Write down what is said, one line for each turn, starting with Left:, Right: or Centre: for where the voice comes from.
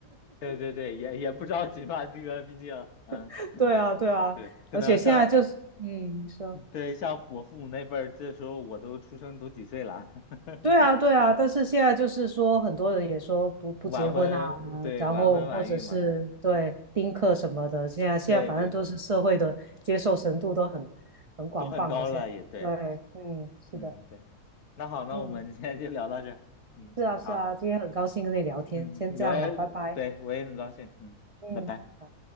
Left: 对对对，也也不着急吧，这个毕竟，嗯。
Right: <laughs> 对啊对啊，
Left: 对，可能像
Right: 而且现在就是，嗯，你说，
Left: 对像我父母那辈儿，这时候我都出生都几岁了，<laughs>
Right: 对啊，对啊，但是现在就是说，很多人也说不不结婚啊，
Left: 晚婚，对，
Right: 然后或者是对丁克什么的，
Left: 晚婚晚育嘛，对，嗯
Right: 现在现在反正都是社会的接受程度都很很广泛了。
Left: 对对，都很高了，
Right: 现在对，
Left: 也对，
Right: 嗯，是的，
Left: 嗯，对，那好，那我们今天就聊到这儿，
Right: 嗯，
Left: 嗯，
Right: 是啊，是啊，
Left: 好，
Right: 今天很高兴跟你聊天，
Left: 嗯，
Right: 先这样了，
Left: 有也，
Right: 拜拜，
Left: 对，我也很高兴，嗯，
Right: 嗯。
Left: 拜拜。
Right: 好。